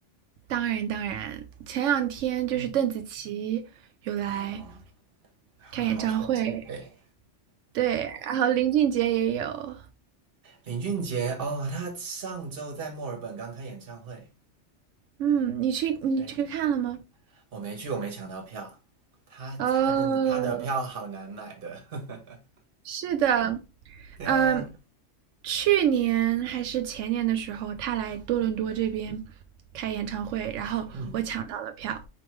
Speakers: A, on the right (about 85°); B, on the right (about 50°).
A: 当然当然，前两天就是邓紫棋有来。
B: 嗯，哦，他好红，
A: 开演唱会，
B: 对
A: 对，然后林俊杰也有，
B: 林俊杰哦，他上周在墨尔本刚开演唱会，
A: 嗯，你去你去看了吗？
B: 对，我没去，我没抢到票。他他真的他的票好难买的，
A: 哦，是的，
B: <laughs> 对啊，
A: 嗯，去年还是前年的时候，他来多伦多这边开演唱会，然后我抢到了票，
B: 嗯